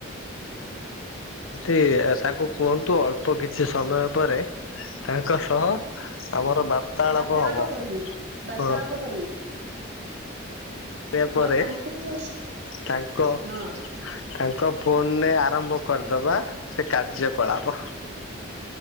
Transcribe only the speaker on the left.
ଏ ତାଙ୍କୁ କୁହନ୍ତୁ ଅଳ୍ପ କିଛି ସମୟ ପରେ ତାଙ୍କ ସହ ଆମର ବାର୍ତାଳାପ
ହବ,
ହଁ
ସେ ପରେ
ତାଙ୍କ
ତାଙ୍କ ଫୋନରେ ଆରମ୍ଭ କରିଦବା ସେ କାର୍ଯ୍ୟ କଳାପ